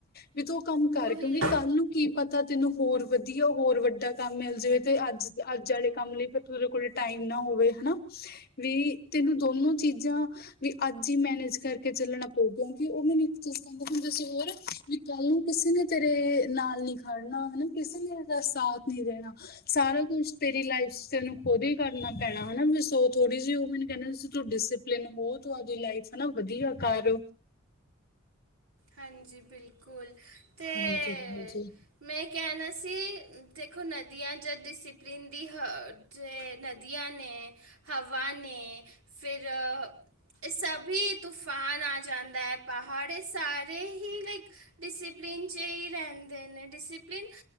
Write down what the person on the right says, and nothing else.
ਉਹੀ
ਹਾਂਜੀ ਬਿਲਕੁਲ। ਤੇ
ਮੈਂ ਕਹਿਣਾ ਸੀ ਦੇਖੋ, ਨਦੀਆਂ ਜਾਂ ਡਿਸਿਪਲਿਨ ਦੀ ਹ 'ਚ ਨਦੀਆਂ ਨੇ, ਹਵਾ ਨੇ ਫਿਰ ਇਹ ਸਭੀ ਤੂਫਾਨ ਆ ਜਾਂਦਾ ਐ, ਪਹਾੜ ਸਾਰੇ ਹੀ ਲਾਈਕ, ਡਿਸਪਲਿਨ 'ਚ ਹੀ ਰਹਿੰਦੇ ਨੇ, ਡਿਸਪਲਿਨ